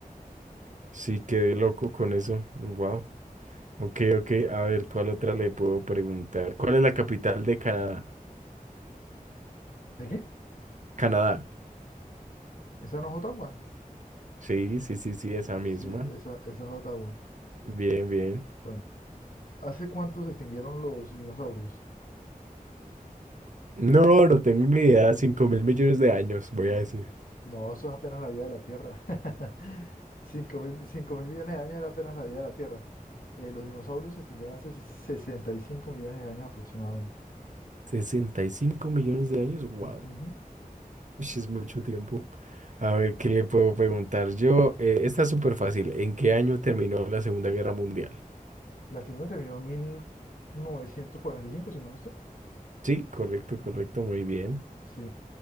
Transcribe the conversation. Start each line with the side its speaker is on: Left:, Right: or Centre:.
Right: sí quedé loco con eso. Wow. Ok, ok, a ver, ¿cuál otra le puedo preguntar? ¿Cuál es la capital de Canadá?
Left: ¿De qué?
Right: Canadá.
Left: ¿Esa no es Ottawa?
Right: Sí, sí, sí, sí, esa misma.
Left: Sí, esa, esa es Ottawa.
Right: Bien, bien.
Left: Bueno, ¿hace cuánto se extinguieron los dinosaurios?
Right: No, no tengo ni idea. cinco mil millones de años, voy a decir.
Left: No, eso es apenas la vida de la Tierra. <laughs> Cinco mil, cinco mil millones de años era apenas la vida de la Tierra. Eh, los dinosaurios se extinguieron hace 65 millones de años aproximadamente.
Right: sesenta y cinco millones de años, wow.
Left: Ujú.
Right: Uy, es mucho tiempo. A ver, ¿qué le puedo preguntar yo? Eh, está súper fácil. ¿En qué año terminó la Segunda Guerra Mundial?
Left: La segunda terminó en 1945, si mal no sé.
Right: Sí, correcto, correcto, muy bien.
Left: Sí,